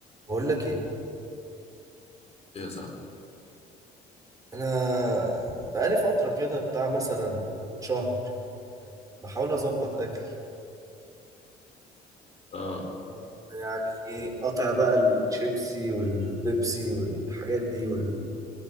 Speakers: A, on the right; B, on the left.
A: بقول لك ايه
B: ايه يا صاحبي
A: انا بقالي فتره كده بتاع مثلا شهر بحاول اظبط اكل
B: اه
A: آه، يعني ايه قطع بقى الشيبسي والبيبسي والحاجات دي وال...